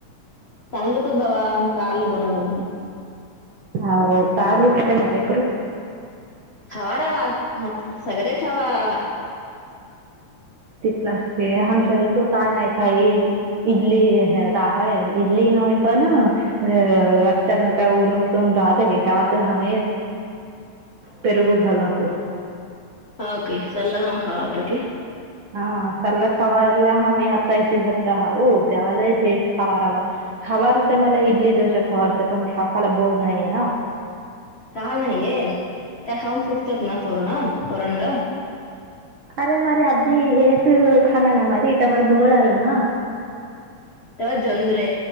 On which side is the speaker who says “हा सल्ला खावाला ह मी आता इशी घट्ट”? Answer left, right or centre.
Right